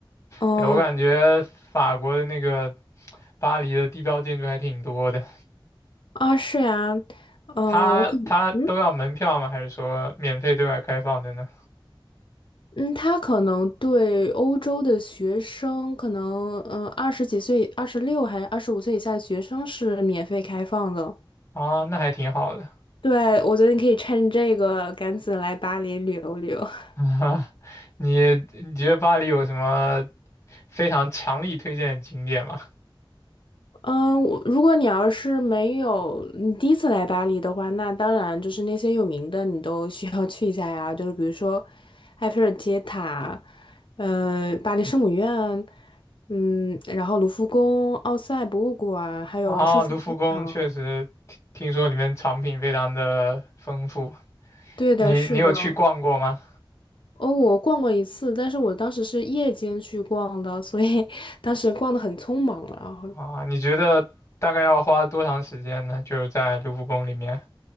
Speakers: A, on the left; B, on the left.
A: 哦、
B: 对，我感觉法国的那个巴黎的地标建筑还挺多的，
A: 啊，是呀，呃，
B: 它它都要门票吗？
A: 我可嗯
B: 还是说免费对外开放的呢？
A: 嗯，它可能对欧洲的学生，可能，嗯、二十几岁、二十六还是二十五岁以下的学生是免费开放的。
B: 啊，那还挺好的。
A: 对，我觉得你可以趁这个赶紧来巴黎旅游旅游。
B: <laughs>
A: <laughs>
B: 啊，你你觉得巴黎有什么非常强力推荐的景点吗？
A: 嗯，我如果你要是没有你第一次来巴黎的话，那当然就是那些有名的你都需要去一下呀，就是比如说埃菲尔铁塔，呃，巴黎圣母院，嗯，然后卢浮宫、奥赛博物馆，还有圣心教堂。
B: 啊，卢浮宫确实听听说里面藏品非常的丰富，
A: 对的，
B: 你你有去逛过吗？
A: 是的。哦，我逛过一次，但是我当时是夜间去逛的，所以 <laughs> 当时逛的很匆忙了。
B: 啊，你觉得大概要花多长时间呢？就是在卢浮宫里面。